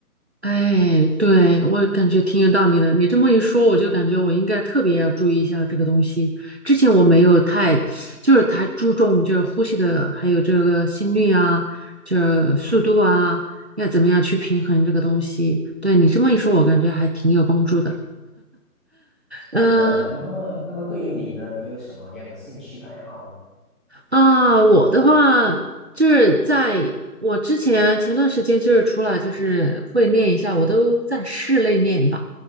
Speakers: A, on the right; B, in the centre.
A: 哎，对，我感觉挺有道理的。你这么一说，我就感觉我应该特别要注意一下这个东西。之前我没有太，就是太注重就是呼吸的，还有这个心率啊，就是速度啊，要怎么样去平衡这个东西。对你这么一说，我感觉还挺有帮助的。嗯。
B: 是的，那么那么对于你呢，你有什么样的兴趣爱好吗？
A: 啊，我的话就是在我之前前段时间就是出来就是会练一下，我都在室内练吧，